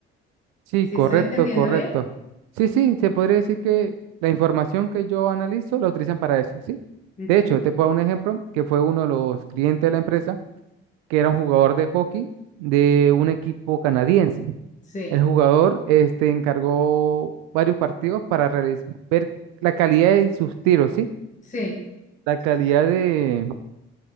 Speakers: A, on the right; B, on the left.
A: Sí,
B: ¿Sí
A: correcto,
B: estoy entendiendo
A: correcto.
B: bien?
A: Sí, sí, se podría decir que la información que yo analizo la utilizan para eso, ¿sí?
B: Ujú.
A: De hecho, te puedo dar un ejemplo que fue uno de los clientes de la empresa, que era un jugador de hockey de un equipo canadiense.
B: Sí,
A: El jugador este, encargó varios partidos para realiz- ver la calidad de sus tiros, ¿sí?
B: sí,
A: La calidad de,